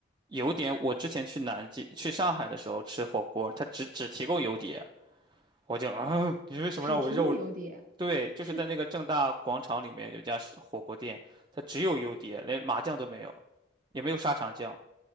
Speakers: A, on the right (about 25°); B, on the right (about 45°).
A: 油碟，我之前去南京、去上海的时候吃火锅，他只只提供油碟，我就啊，你为什么让我肉？
B: 只提供油碟，
A: 对，就是在那个正大广场里面有家是火锅店，
B: 是
A: 它只有油碟，连麻酱都没有，也没有沙茶酱，